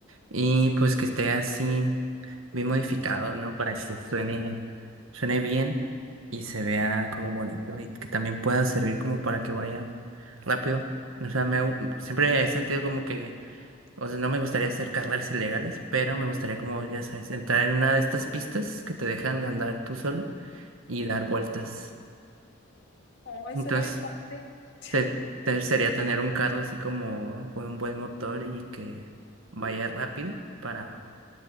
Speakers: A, on the right (about 80°); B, on the left (about 60°).
A: Y
B: Sí,
A: pues
B: sí.
A: que esté así. bien modificado, ¿no? Para que suene, suene bien y se vea como bonito y que también pueda servir como para que vayan rápido. O sea, me, gu- siempre he sentido como que, o sea, no me gustaría hacer carreras ilegales, pero me gustaría como, ya sabes, entrar en una de estas pistas que te dejan andar tú solo y dar vueltas.
B: Ay,
A: Entonces,
B: suena bien padre. <laughs>
A: se- te- sería tener un carro así como con un buen motor y que vaya rápido para